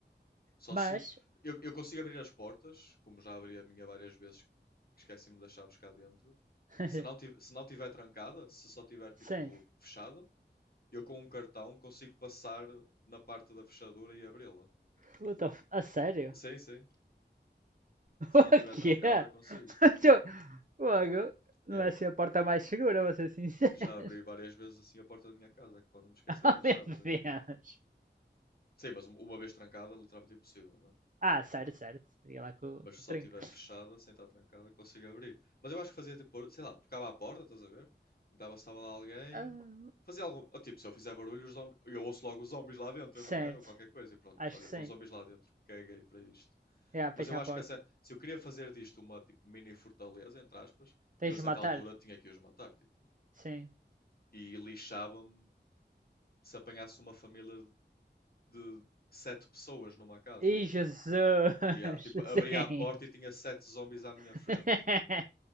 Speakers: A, on the left; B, on the right.
A: Só
B: Mas,
A: se eu, eu consigo abrir as portas, como já abri a minha várias vezes, que esqueci-me das chaves cá dentro.
B: <laughs>
A: Se não tiver, se não tiver trancada, se só tiver tipo
B: sim.
A: fechada, eu com um cartão consigo passar na parte da fechadura e abri-la.
B: What the f- A sério?
A: Sim, sim.
B: <laughs>
A: Se
B: O
A: não tiver
B: que
A: trancada,
B: é?
A: consigo.
B: <laughs> Logo, não
A: Yeah.
B: é assim a porta mais segura, vou ser sincero. <laughs>
A: Já abri várias vezes assim a porta da minha casa, quando me esquecia
B: Oh,
A: das
B: meu
A: chaves aqui.
B: Deus.
A: Sim, mas um- uma vez trancada, literalmente impossível, né?
B: Ah, certo, certo. Teria lá com,
A: Mas
B: com
A: se
B: o
A: só
B: trinco.
A: estiver fechada, sem estar trancada, consigo abrir. Mas eu acho que fazia tipo, sei lá, tocava à porta, estás a ver? Perguntava se estava lá alguém.
B: Ah,
A: Fazia algum. ou, tipo, se eu fizer barulho, os zombi- eu ouço logo os zombies lá dentro,
B: certo,
A: não é? Ou qualquer coisa. E pronto,
B: acho
A: olha,
B: que sim.
A: estão os zombies lá dentro, caguei para isto.
B: Yeah, fecha
A: Mas eu acho
B: a porta.
A: que essa- se eu queria fazer disto uma tipo mini fortaleza, entre aspas,
B: Tens
A: eu a certa
B: de matar?
A: altura tinha que os matar, tipo,
B: Sim.
A: e lixava-me se apanhasse uma família de sete pessoas numa casa.
B: Ih, Jesus!
A: E ah,
B: Sim.
A: tipo, abria a porta e tinha sete zombies à minha
B: <laughs>
A: frente.